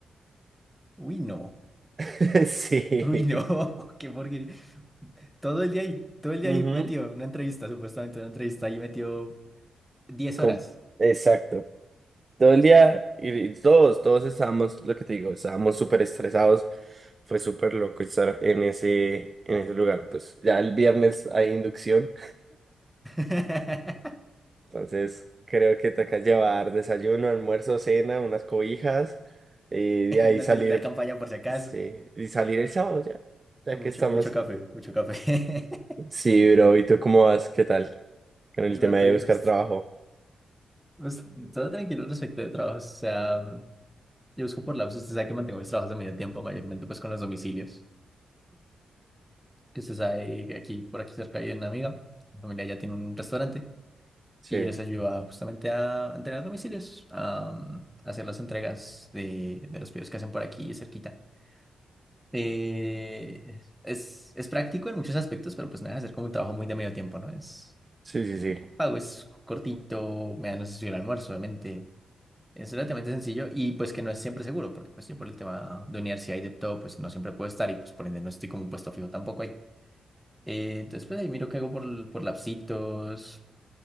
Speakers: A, in the centre; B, on the right.
A: Uy, no.
B: <laughs> Sí.
A: Uy, no, <laughs> qué porquería. Todo el día ahí, todo el día
B: Ujú,
A: ahí metido en una entrevista, supuestamente una entrevista ahí metió 10
B: com-
A: horas.
B: Exacto. Todo el día, y, y todos, todos estábamos, lo que te digo, estábamos súper estresados. Fue súper loco estar en ese, en ese lugar. Pues ya el viernes hay inducción.
A: <laughs>
B: Entonces, creo que te toca llevar desayuno, almuerzo, cena, unas cobijas, y de ahí
A: Una
B: salir,
A: tiendita de campaña por si acaso.
B: sí, y salir el sábado ya, ya
A: Y mucho,
B: que estamos.
A: mucho café, mucho café. <laughs>
B: Sí, bro, ¿y tú cómo vas? ¿Qué tal? Con el
A: No
B: tema
A: tuvimos.
B: de buscar trabajo.
A: Pues pues, todo tranquilo respecto de trabajos. O sea, yo busco por lapsos. Usted sabe que mantengo mis trabajos de medio tiempo, mayormente pues con los domicilios. <clears throat> Que usted sabe que aquí, por aquí cerca hay una amiga. La familia ya tiene un restaurante.
B: Sí,
A: Y yo les ayudo justamente a entregar domicilios, a, mm, hacer las entregas de, de los pedidos que hacen por aquí cerquita. Eh, es, es práctico en muchos aspectos, pero pues me deja hacer como un trabajo muy de medio tiempo, ¿no? Es
B: sí, sí, sí.
A: pago, es cortito, me dan un sencillo almuerzo, obviamente. Es relativamente sencillo y pues que no es siempre seguro, porque pues yo por el tema de universidad y de todo, pues no siempre puedo estar y pues por ende no estoy como un puesto fijo tampoco ahí. Eh, entonces pues ahí miro qué hago por, por lapsitos.